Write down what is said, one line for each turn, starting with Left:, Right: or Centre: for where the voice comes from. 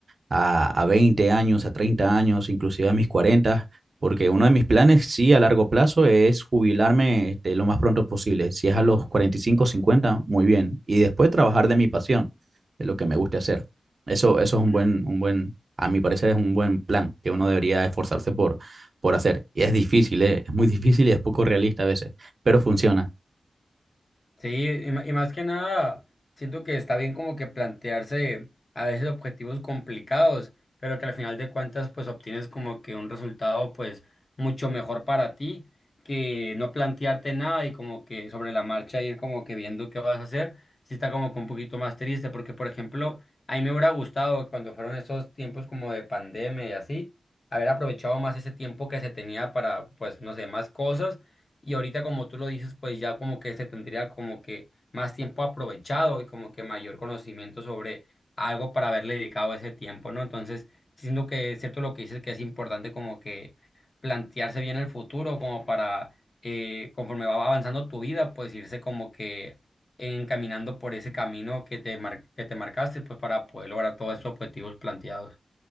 Right: a, a 20 años, a 30 años, inclusive a mis 40, porque uno de mis planes, sí, a largo plazo es jubilarme este, lo más pronto posible. Si es a los 45 50 muy bien. Y después trabajar de mi pasión, de lo que me guste hacer. Eso, eso es un
Left: Mm.
Right: buen, un buen, a mi parecer es un buen plan que uno debería esforzarse por, por hacer. Y es difícil, ¿eh? Es muy difícil y es poco realista a veces, pero funciona.
Left: Sí, y, ma- y más que nada, siento que está bien como que plantearse a veces objetivos complicados, pero que al final de cuentas pues obtienes como que un resultado pues mucho mejor para ti que no plantearte nada y como que sobre la marcha ir como que viendo qué vas a hacer, sí está como que un poquito más triste, porque por ejemplo, a mí me hubiera gustado cuando fueron esos tiempos como de pandemia y así, haber aprovechado más ese tiempo que se tenía para pues no sé, más cosas y ahorita, como tú lo dices, pues ya como que se tendría como que más tiempo aprovechado y como que mayor conocimiento sobre algo para haberle dedicado ese tiempo, ¿no? Entonces, siento que es cierto lo que dices, que es importante como que plantearse bien el futuro, como para, eh, conforme va avanzando tu vida, pues irse como que encaminando por ese camino que te mar- que te marcaste, pues para poder lograr todos esos objetivos planteados.